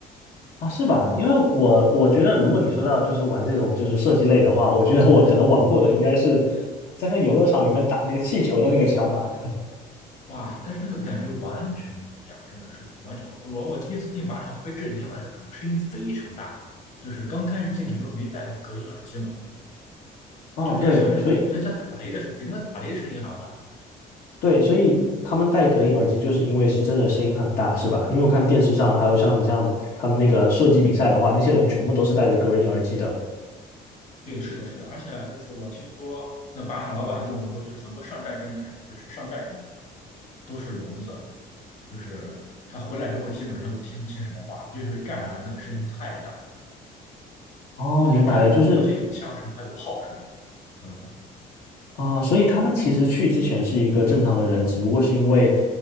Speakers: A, on the left; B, on the left.
A: 啊，是吧？因为我我觉得，如果你说到就是玩这种就是射击类的话，我觉得我可能玩过的应该是在那游乐场里面打那个气球的那个枪吧。
B: 哇，但是那个感觉完全不一样，真的是完全。我我第一次进靶场都被震惊了，因为它那个声音非常大，就是刚开始进去不是没戴那个隔音耳机嘛，
A: 哦，
B: 就有点像真的，
A: 对，所以。
B: 有点像打雷的声，比那个打雷的声音还要大。
A: 对，所以他们戴隔音耳机，就是因为是真的声音很大，是吧？因为我看电视上，还有像你像他们那个射击比赛的话，那些人全部都是戴着隔音耳机的。
B: 对，是的，是的，而且就是我听说那靶场老板跟我们说，就是很多上战争的人，就是上战场的人都是聋子，就是他回来之后基本上都听不清什么话了，就是因为战场上那个声音太大，
A: 哦，
B: 而且战场上不仅有枪声，
A: 明白了，就是
B: 还有炮声等等。
A: 啊、所以他们其实去之前是一个正常的人，只不过是因为，